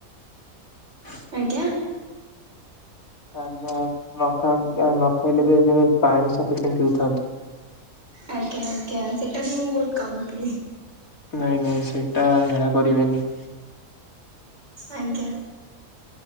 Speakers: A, on the left; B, on the right.
A: ହଁ
B: ଆଜ୍ଞା।
A: ଆଜ୍ଞା, ନଖନ ନଖାଇଲେ ବି ପାଣି ସଫିସିଣ୍ଟ ପିଉଥାନ୍ତୁ।
B: ଆଜ୍ଞା, ଆଜ୍ଞା ସେଇଟା ବି ମୁଁ ବହୁତ କମ ପିଏ।
A: ନାଇଁ ନାଇଁ ସେଇଟା ହେଳା କରିବେନି।
B: ଆଜ୍ଞା